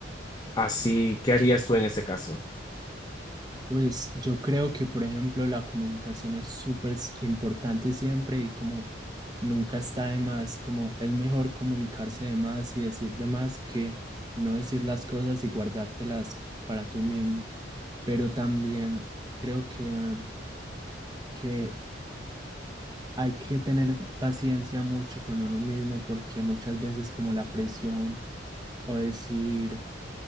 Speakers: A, on the left; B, on the right.
A: Así, ¿qué harías tú en ese caso?
B: Pues yo creo que, por ejemplo, la comunicación es súper s- importante siempre y como nunca está de más, como es mejor comunicarse de más y decir de más que no decir las cosas y guardártelas para tú mismo. Pero también creo que, mm, que hay que tener paciencia mucho con uno mismo porque muchas veces como la presión o decir